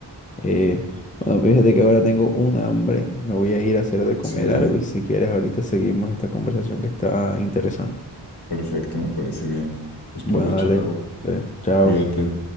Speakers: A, on the left; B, on the left.
A: Eh, bueno, fíjate que ahora tengo un hambre. Me voy a ir a hacer de comer
B: Sí,
A: algo y si quieres ahorita seguimos esta conversación que está interesante.
B: perfecto, me parece bien. Pues provecho,
A: Bueno, dale.
B: Raúl.
A: eh, chao.
B: Cuídate.